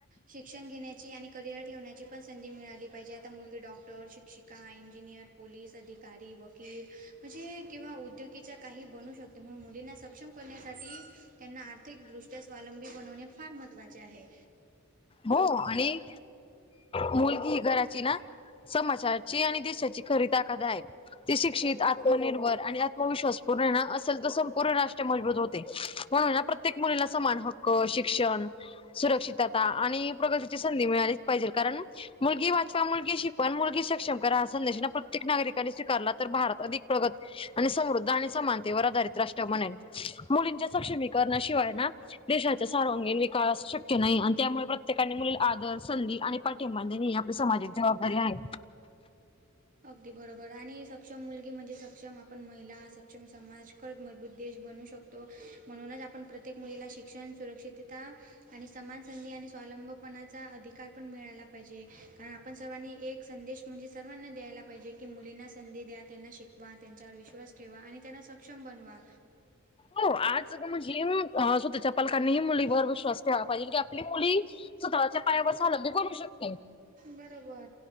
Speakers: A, on the right (about 40°); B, on the left (about 25°).
A: शिक्षण घेण्याची आणि करिअर ठेवण्याची पण संधी मिळाली पाहिजे, आता मुलगी डॉक्टर, शिक्षिका, इंजिनियर पोलीस, अधिकारी, वकील म्हणजे किंवा उद्योगीच्या काही बनू शक त्यामुळे मुलींना सक्षम करण्यासाठी त्यांना आर्थिकदृष्ट्या स्वावलंबी बनवणे फार महत्त्वाचे आहे..
B: हो, आणि मुलगी ही घराची ना समाजाची आणि देशाची खरी ताकद आहे. तेी शिक्षित
A: बरोबर
B: आत्मनिर्भर आणि आत्मविश्वास पूर्ण ना असेल तर संपूर्ण राष्ट्र मजबूत होते. म्हणुन ना प्रत्येक मुलीला समान हक्क, शिक्षण सुरक्षितता आणि अं प्रगतीची संधी मिळालीच पाहिजे, कारण मुलगी वाचवा, मुलगी शिकवा अन् मुलगी सक्षम करा हा संदेश ना प्रत्येक नागरिकाने स्वीकारला तर, भारत अधिक प्रगत होईल. आणि समृद्ध आणि समानतेवर आधारित राष्ट्र बनेल, मुलींच्या सक्षमी करणाशिवाय ना देशाचा सर्वांगीण विकास शक्य नाही आणि त्यामुळे प्रत्येकाने मुलीला आदर, संधी आणि पाठिंबा देणे ही आपली समाजिक जबाबदारी आहे.
A: अगदी बरोबर आणि सक्षम मुलगी, म्हणजे सक्षम आपण महिला सक्षम समाज खरंच मजबूत देश बनू शकतो, म्हणूनच आपण प्रत्येक मुलीला शिक्षण सुरक्षितता आणि समान संधी आणि स्वावलंबपणाचा अधिकार पण मिळाला पाहिजे, कारण आपण सर्वांनी एक संदेश म्हणजे सर्वांना द्यायला पाहिजे, की मुलींना संधी द्या, त्यांना शिकवा, त्यांच्यावर विश्वास ठेवा आणि त्यांना सक्षम बनवा.
B: हो आज अगं म्हणजे स्वतःच्या पालकांनी मुलीवर विश्वास ठेवाला पाहिजे की आपली मुली स्वतःच्या पायावर सलांबी बनू शकते.
A: बरोबर